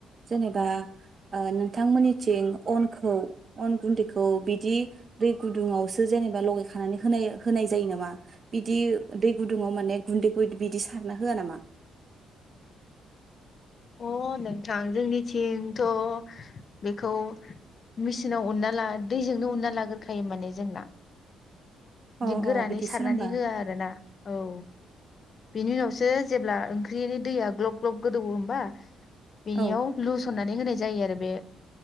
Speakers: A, on the right; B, on the left.
A: जेनेबा ओ नोंथांमोननिथिं अनखौ अन गुन्दैखौ बिदि दै गुदुङावसो जेनेबा लगाय खानानै होनाय होनाय जायो नामा बिदि दै गुदुङाव माने गुन्दै गु बिदि सारना होआ नामा
B: अ नोंथां जोंनिथिंथ' बेखौ मिचिनाव उनना ला दैजोंनो उनना लाग्रोखायो माने जोंना।
A: अ
B: दि
A: अ
B: गोरानै
A: बिदिसो
B: सारनानै
A: होमबा
B: होआ आरो ना औ बिनि उनावसो जेब्ला ओंख्रिनि दैया ग्लब ग्लब गोदौओ होमबा <inaudible> बेनियाव
A: औ
B: लुसना नै होनाय जायो आरो बे